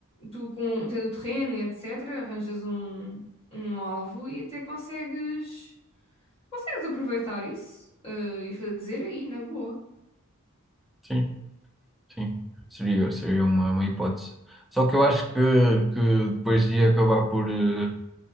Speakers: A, on the left; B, in the centre.
A: tu com, tendo terreno e etc., arranjas um, um alvo e até consegues, consegues aproveitar isso, ah, e fazer aí, na boa.
B: sim. Sim, seria, seria uma, uma hipótese. Só que eu acho que, que depois ia acabar por, eh,